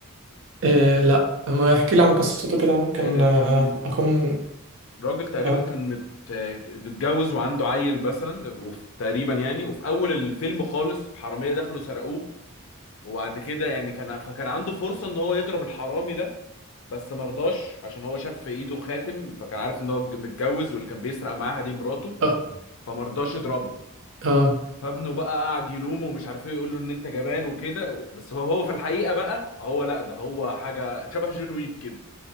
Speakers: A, on the right; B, on the left.
A: إيه لا ما يحكي لي عن قصته كده ممكن
B: آه،
A: آه،
B: كان
A: أكون
B: راجل تقريبا
A: اه
B: كان مت... آه، متجوز وعنده عيل مثلا وفي تقريبا يعني وفي اول الفيلم خالص حراميه دخلوا سرقوه وبعد كده يعني كان فكان عنده فرصه ان هو يضرب الحرامي ده بس ما رضاش عشان هو شاف في ايده خاتم فكان عارف ان هو متجوز واللي كان بيسرق معاها دي مراته
A: اه
B: فما رضاش يضربه
A: اه
B: فابنه بقى قعد يلومه ومش عارف ايه يقول له ان انت جبان وكده بس هو هو في الحقيقه بقى هو لا ده هو حاجه شبه جون ويك